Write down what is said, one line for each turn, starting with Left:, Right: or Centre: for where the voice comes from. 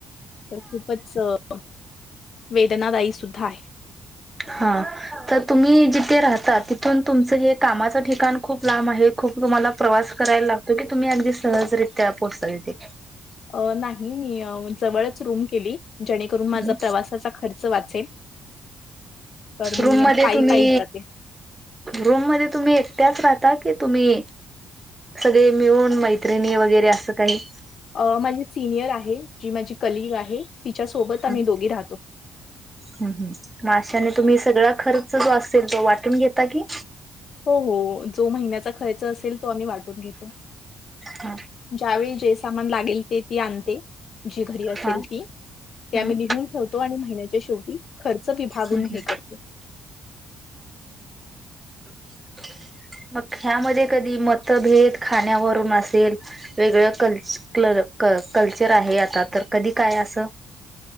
Left: तर खूपचअ वेदनादायी सुद्धा आहे.
Right: हा तर तुम्ही जिथे राहता तिथून तुमचं हे कामाचं ठिकाण खूप लांब आहे, खूप तुम्हाला प्रवास करायला लागतो की तुम्ही अगदी सहजरित्या पोहोचता तिथे.
Left: अ नाही नाही मी जवळच रूम केली. जेणेकरून माझा
Right: हम्म
Left: प्रवासाचा खर्च वा वाचेल तर मी
Right: रूम मध्ये
Left: पायी-पायीच
Right: तुम्ही
Left: जाते.
Right: रूम मध्ये तुम्ही एकट्याच राह की तुम्ही सगळे मिळून मैत्रिणी वगैरे असं काही.
Left: अ माझे सिनियर आहे. जी माझी कलीग आहे. तिच्यासोबत आम्ही
Right: हम्
Left: दोघी राहतो.
Right: हम् अशाने तुम्ही, सग खर्च जो असेल तो वाटून घेता की,
Left: हो हो जो महिन्याचा खर्च असेल तो आम्ही वाटून घेतो.
Right: हा
Left: जावेळी जैस सामान लागेल ते ती आणते. जी घरी असेल
Right: हा
Left: ती, ते
Right: हम्म
Left: आम्ही लिहून ठेवतो आणि महिन्याच्या शेवटी खर्च विभागून
Right: हम्म
Left: हे करतो.
Right: ह मग ह्यामध्ये कधी मतभेद खाण्यावरून असेल, वेगळं कल्ल कल्चर आहे आता तर कधी काय असं